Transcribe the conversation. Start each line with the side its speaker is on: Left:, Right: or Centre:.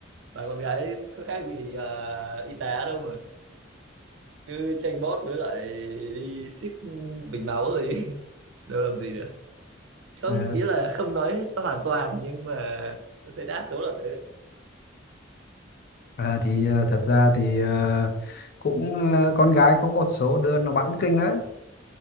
Right: bà con gái có khác gì à, y tá đâu mà cứ tranh bót với lại đi ship bình máu rồi <laughs> đâu làm gì được không
Left: Ờ,
Right: ý là không nói hoàn toàn nhưng mà tôi thấy đa số là thế
Left: à, thì ờ, thật ra thì ờ, cũng ờ, con gái có một số đứa nó bắn kinh đấy